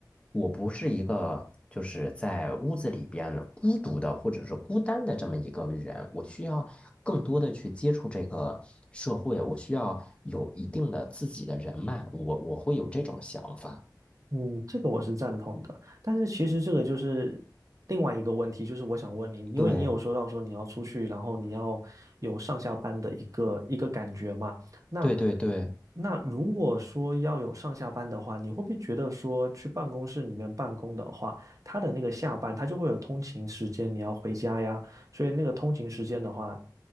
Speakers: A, on the left (about 15°); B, on the right (about 50°).
A: 我不是一个就是在屋子里边孤独的或者是孤单的这么一个人，我需要更多的去接触这个社会，我需要有一定的自己的人脉，我我会有这种想法。
B: 嗯，这个我是赞同的，但是其实这个就是另外一个问题，就是我想问你，因为你有说到说你要出去，
A: 对，
B: 然后你要有上下班的一个一个感觉嘛，那
A: 对对对，
B: 那如果说要有上下班的话，你会不会觉得说去办公室里面办公的话，他的那个下班他就会有通勤时间，你要回家呀，所以那个通勤时间的话，